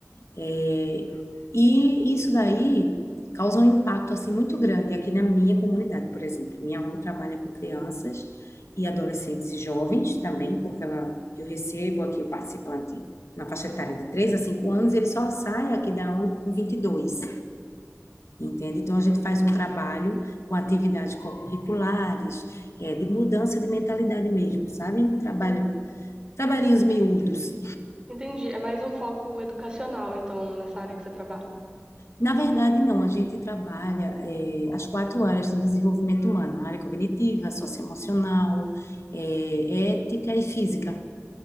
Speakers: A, on the left; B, on the right.
A: É, e isso daí causa um impacto assim muito grande aqui na minha comunidade, por exemplo. Minha ONG trabalha com crianças e adolescentes e jovens também, porque ela, eu recebo aqui o participante na faixa etária de 3 a 5 anos, ele só sai aqui da ONG com 22, entende? Então a gente faz um trabalho com atividades curriculares, é, de mudança de mentalidade mesmo, sabe? Trabalho,
B: Hum,
A: trabalhinhos miúdos.
B: Entendi. É mais um foco educacional, então, nessa área que você trabalha.
A: Na verdade, não, a gente trabalha eh, as quatro áreas do desenvolvimento humano, a área cognitiva, socioemocional, eh, ética e física